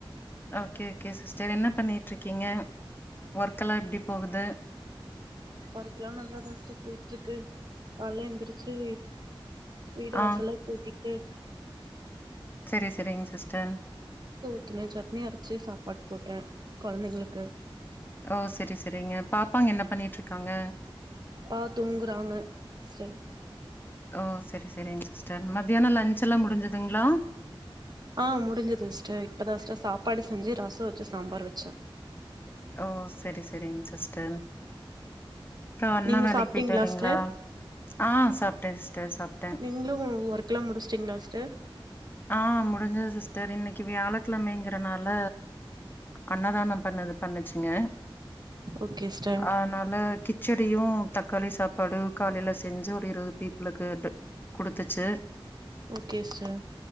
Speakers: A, on the left; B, on the right.
A: ஓகே ஓகே சிஸ்டர் என்ன பண்ணிட்ருக்கீங்க ஒர்க்கெல்லா எப்டி போகுது
B: ஒர்க்கெல்லா நல்லா தா சிஸ்டர் போயிட்ருக்கு கால்ல எந்திரிச்சு வீடு வாசல்லா
A: ஆ
B: கூட்டிட்டு
A: செரி செரிங் சிஸ்டர்
B: ஊத்துண சட்னி அரச்சு சாப்பாட் போட்ட கொழந்தைங்களுக்கு
A: ஓ செரி செரிங்க பாப்பாங்க என்ன பண்ணிட்ருக்காங்க
B: ப்பா தூங்குறாங்க சிஸ்டர்
A: ஓ செரி செரிங்க சிஸ்டர் மத்தியான லஞ்ச்செல்லா முடிஞ்ஜதுங்ளா
B: ஆ முடுஞ்சது சிஸ்டர் இப்ப தா சிஸ்டர் சாப்பாடு செஞ்சு ரசம் வச்சு சாம்பார் வச்ச
A: ஓ செரி செரிங் சிஸ்டர் அப்றோ அண்ணா
B: நீங்க
A: வேலக்
B: சாப்ட்டீங்களா
A: போய்ட்டாருங்ளா
B: சிஸ்டர்
A: ஆ சாப்ட சிஸ்டர் சாப்ட
B: நீங்களு ஒர்க்லா முடிச்சுட்டீங்களா சிஸ்டர்
A: ஆ முடிஞ்சது சிஸ்டர் இன்னக்கி வியாழக்கெழமங்கறனால அன்னதானம் பண்ணது பண்ணுச்சுங்க
B: ஓகே சிஸ்டர்
A: ஆ அதனால கிச்சடியு தக்காளி சாப்பாடு காலைல செஞ்சு ஒரு இருவது பீப்பிளுக்கு குடுத்துச்சு
B: ஓகே ஸ்டர்